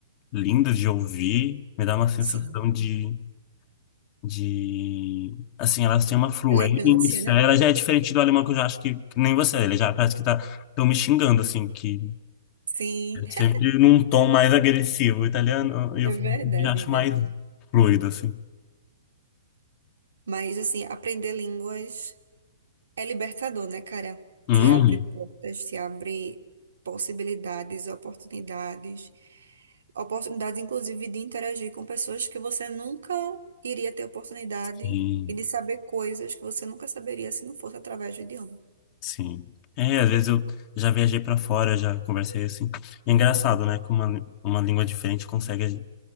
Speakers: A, on the left (about 35°); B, on the right (about 85°).
A: lindas de ouvir. Me dá uma sensação
B: Sim.
A: de, de... Assim, elas têm uma fluência.
B: Elegância, né?
A: Ela já é diferente do alemão, que eu já acho que, que nem você. Ele já parece que tá, tão me xingando, assim, que
B: Sim,
A: é
B: <laughs>
A: sempre num tom mais agressivo. O italiano, eu
B: é verdade,
A: já acho
B: velho.
A: mais fluido, assim.
B: Mas, assim, aprender línguas. É libertador, né, cara?
A: Hum,
B: Te abre portas, te abre possibilidades, oportunidades, oportunidades, inclusive, de interagir com pessoas que você nunca iria ter oportunidade
A: sim,
B: e de saber coisas que você nunca saberia se não fosse através do idioma.
A: sim. É, às vezes eu já viajei para fora, já conversei assim. E é engraçado, né? Que uma, uma língua diferente consegue